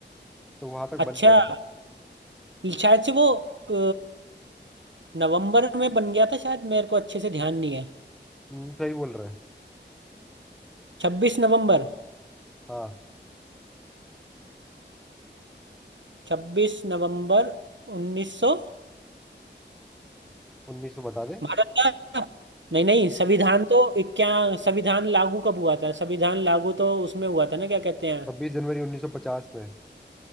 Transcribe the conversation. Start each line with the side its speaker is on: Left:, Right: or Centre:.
Centre: तो वहां तक
Right: अच्छा
Centre: बन गया था
Right: शायद से वो अ, नवंबर में बन गया था शायद मेरे को अच्छे से ध्यान नहीं है
Centre: हम्म, सही बोल रहा है
Right: छब्बीस नवंबर
Centre: हाँ
Right: छब्बीस नवंबर उन्नीस सौ
Centre: उन्नीस सौ बता दे
Right: भारत का नहीं नहीं संविधान तो क्या संविधान लागू कब हुआ था संविधान लागू तो उसमें हुआ था ना क्या कहते हैं
Centre: छब्बीस जनवरी उन्नीस सौ पचास में